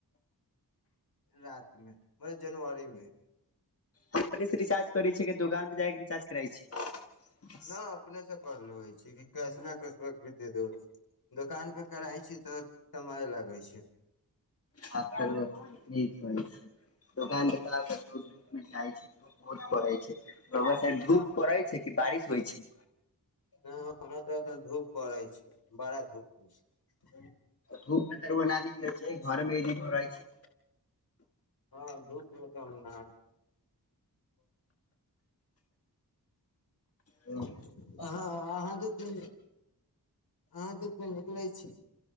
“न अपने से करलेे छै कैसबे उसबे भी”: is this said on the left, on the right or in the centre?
Left